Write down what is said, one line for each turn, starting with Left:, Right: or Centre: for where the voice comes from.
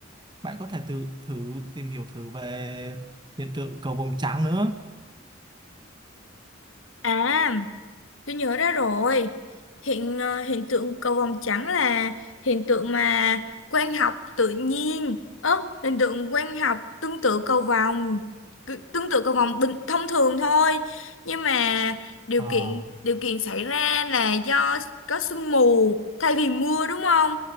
Right: bạn có thể tự thử tìm hiểu thử về hiện tượng cầu vồng trắng nữa
Left: à Tôi nhớ ra rồi. Hiện ờ, hiện tượng cầu vồng trắng là hiện tượng mà quang học tự nhiên. Ơ, hiện tượng quang học tương tự cầu vồng, Cứ- tương tự cầu vồng bình thông thường thôi. Nhưng mà điều
Right: Ờ,
Left: kiện điều kiện xảy ra là do có sương mù thay vì mưa đúng không?